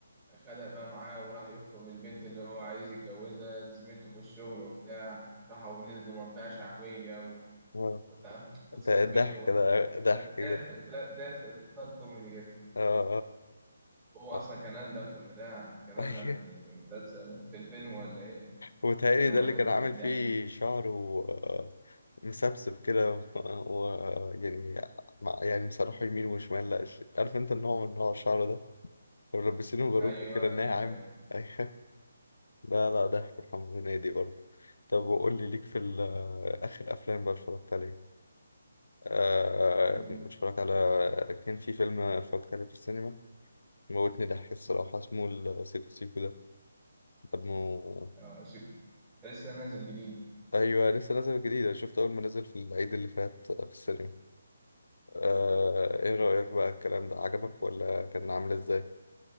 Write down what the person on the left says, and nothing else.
آه.
ده ضحك
ده ضحك
جدا
اه
اه <laughs>
ايوه
وتهيألي
ده اللي كان
عامل
فيه شعره آه، مسبسب كده و و- يعني مع- يعني مسرحه يمين وشمال لا ش- عارف انت النوع من نوع الشعر ده ملبسينه باروكة
كده ناعم
<laughs> ايوه لا لا ضحك محمد هنيدي برضه طب وقول لي ليك في ال- آه، آخر أفلام بقى اتفرجت عليه آه
اتفرجت على كان في فيلم اتفرجت عليه في السينما موتني ضحك الصراحة اسمه السيكو سيكو ده طب ما هو-
ايوه لسه نازل جديد انا شفته اول ما نزل في العيد اللي فات في السينما آه... ايه رأيك بقى الكلام ده عجبك ولا كان عامل ازاي